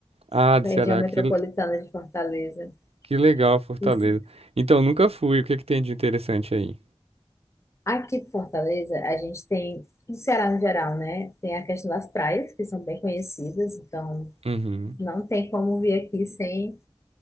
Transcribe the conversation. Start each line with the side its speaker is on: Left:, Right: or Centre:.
Right: Ah,
Left: da
Right: do Ceará,
Left: região metropolitana
Right: que,
Left: de Fortaleza.
Right: que legal, Fortaleza.
Left: Isso.
Right: Então, nunca fui. O que que tem de interessante aí?
Left: Aqui em Fortaleza, a gente tem, no Ceará no geral, né? Tem a questão das praias, que são bem conhecidas, então
Right: Uhum,
Left: não tem como vir aqui sem